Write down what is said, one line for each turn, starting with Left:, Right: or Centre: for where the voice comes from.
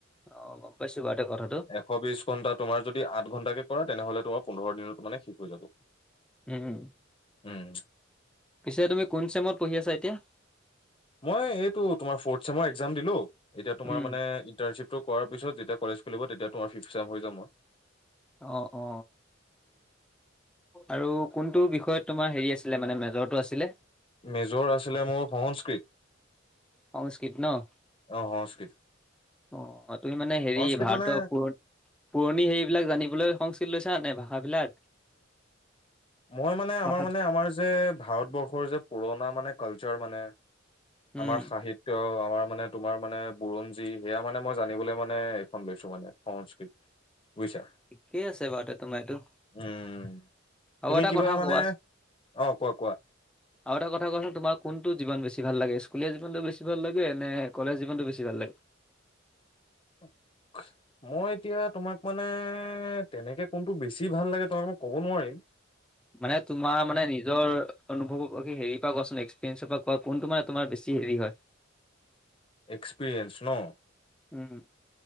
Centre: অ' গম পাইছোঁ বাৰুতে কথাটো।
Left: এশবিছ ঘণ্টা তোমাৰ যদি আঠ ঘণ্টাকে কৰা তেনেহ'লে তোমাৰ পোন্ধৰ দিনত মানে শেষ হৈ যাব।
Centre: উম উম,
Left: উম
Centre: পিছে তুমি কোন চেমত পঢ়ি আছা এতিয়া?
Left: মই এইটো তোমাৰ ফ'ৰট চেমৰ একজাম দিলো, এতিয়া তোমাৰ
Centre: উম
Left: মানে ইন্টাৰ্ণশ্বিপটো কৰাৰ পিছত যেতিয়া কলেজ খুলিব তেতিয়া তোমাৰ ফিফ চেম হৈ যাম মই।
Centre: অ' অ'। আৰু কোনটো বিষয়ত তোমাৰ হেৰি আছিলে মানে মেজৰটো আছিলে?
Left: মেজৰ আছিলে মোৰ সংস্কৃত।
Centre: সংস্কৃত ন'?
Left: অ অ সং
Centre: অ অ, তুমি মানে হেৰি
Left: সংস্কৃত
Centre: ভাৰতৰ
Left: মানে
Centre: পুৰ পুৰণি হেৰি বিলাক জানিবলৈ সংস্কৃত লৈছা, নে ভাষাবিলাক?
Left: মই মানে আমাৰ
Centre: ভাষাত
Left: মানে আমাৰ যে ভাৰতবৰ্ষৰ যে পুৰণা মানে কালচাৰ মানে
Centre: উম
Left: আমাৰ সাহিত্য, আমাৰ মানে তোমাৰ মানে বুৰঞ্জী, সেয়া মানে মই জানিবলৈ মানে এইখন লৈছো মানে সংস্কৃত। বুইছা?
Centre: ঠিকেই আছে বাৰু তে তোমাৰ এইটো।
Left: উম,
Centre: আৰু
Left: তুমি
Centre: এটা
Left: কিবা
Centre: কথা
Left: মানে,
Centre: কোৱা
Left: অ', কোৱা, কোৱা?
Centre: আৰু এটা কথা কোৱাচোন, তোমাৰ কোনটো জীবান বেছি ভাল লাগে, স্কুলীয়া জীৱনটো বেছি ভাল লাগে নে কলেজ জীৱনটো বেছি ভাল লাগে?
Left: <unintelligible> মই এতিয়া তোমাক মানে তেনেকে কোনটো বেছি ভাল লাগে তোমাক মই ক'ব নোৱাৰিম।
Centre: মানে তোমাৰ মানে নিজৰ অনুভৱৰ প হেৰী পৰা এক্সপিৰিয়েঞ্চৰ পৰা কোৱা মানে তোমাৰ বেছি হেৰি হয়?
Left: এক্সপিৰিয়েন্ঞ্চ ন'?
Centre: উম।